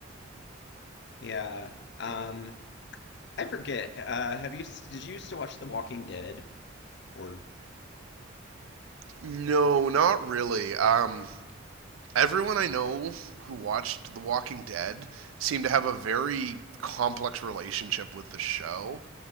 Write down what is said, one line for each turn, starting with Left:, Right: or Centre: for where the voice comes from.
Left: Yeah. Um I forget. Uh have you did you used to watch The Walking Dead or
Right: No, not really. Um, everyone I know who watched The Walking Dead seemed to have a very complex relationship with the show,